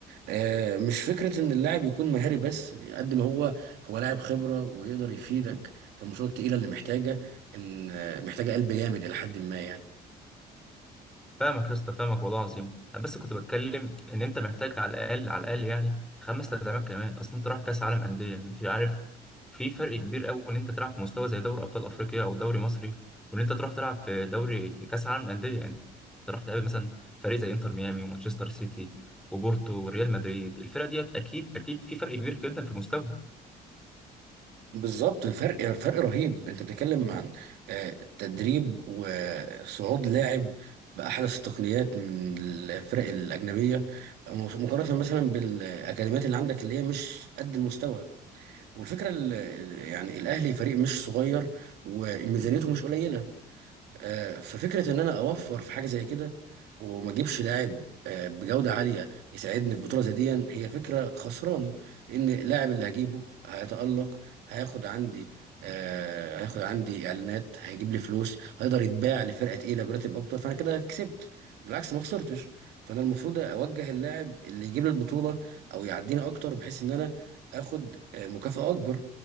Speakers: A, on the right; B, in the centre.
A: آه، مش فكره ان اللاعب يكون مهاري بس قد ما هو هو لاعب خبره ويقدر يفيدك في الماتشات التقيله اللي محتاجه ان آه، محتاجه قلب جامد الى حد ما يعني
B: فاهمك يا اسطى فاهمك والله العظيم انا بس كنت بتكلم ان انت محتاج على الاقل على الاقل يعني خمس تدعيمات كمان اصل انت رايح كاس عالم انديه يعني، في عارف في فرق كبير قوي ان انت تلعب في مستوى زي دوري ابطال افريقيا او دوري مصري وان انت تروح تلعب في دوري في كاس عالم انديه يعني انت راح تقابل مثلا فريق زي انتر ميامي ومانشستر سيتي وبورتو وريال مدريد الفرق ديت اكيد اكيد في فرق كبير جدا في المستوى
A: بالظبط فرق فرق رهيب انت بتتكلم عن آه، التدريب وصعود لاعب بأحدث التقنيات من الفرق الأجنبية مقارنة مثلا بالأكاديميات اللي عندك اللي هي مش قد المستوى والفكره ال- ال- يعني الاهلي فريق مش صغير وميزانيته مش قليله آه، ففكره ان انا اوفر في حاجه زي كده وما اجيبش لاعب آه، بجوده عاليه يساعدني في بطوله زي دي هي فكره خسرانه ان اللاعب اللي هجيبه هيتالق هياخد عندي آه، هياخد عندي اعلانات هيجيب لي فلوس هيقدر يتباع لفرقه تقيله براتب اكتر فانا كده كسبت بالعكس ما خسرتش فانا المفروض اوجه اللاعب اللي يجيب لي البطوله او يعديني اكتر بحيث ان انا اخد آه، مكافاه اكبر